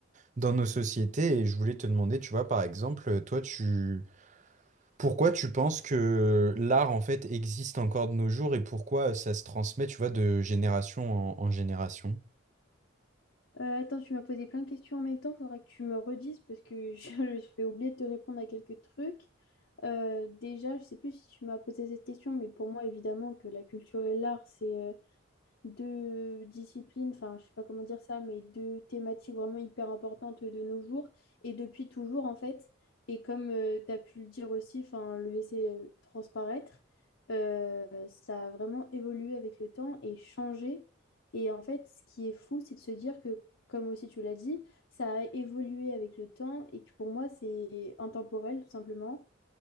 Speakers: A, on the right; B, on the left.
A: dans nos sociétés. Et je voulais te demander, tu vois, par exemple, toi, tu, pourquoi tu penses que l'art, en fait, existe encore de nos jours et pourquoi ça se transmet, tu vois, de génération en en génération?
B: Euh, attends, tu m'as posé plein de questions en même temps. Il faudra que tu me redises parce que <laughs> je, je vais oublier de te répondre à quelques trucs. Euh, déjà, je sais plus si tu m'as posé cette question, mais pour moi, évidemment, que la culture et l'art, c'est euh, deux disciplines, enfin je sais pas comment dire ça, mais deux thématiques vraiment hyper importantes de nos jours et depuis toujours en fait. Et comme tu as pu le dire aussi, enfin le laisser euh, transparaître, euh, ça a vraiment évolué avec le temps et changé. Et en fait, ce qui est fou, c'est de se dire que, comme aussi tu l'as dit, ça a évolué avec le temps et que pour moi, c'est intemporel tout simplement.